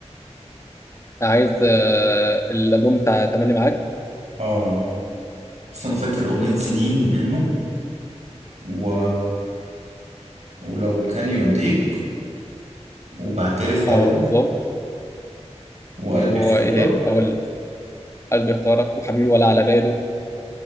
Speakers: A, on the left (about 25°); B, on the right (about 70°).
A: عايز آه، الالبوم بتاع تملي معاك
B: اه بس أنا فاكر أغنية سنين منه و... ولو كان يرضيك وبعترف طبعا
A: اه بالظبط
B: وقلبي
A: وايه
B: اختارك
A: تاني اقول لك قلبي اختارك وحبيبي ولا على باله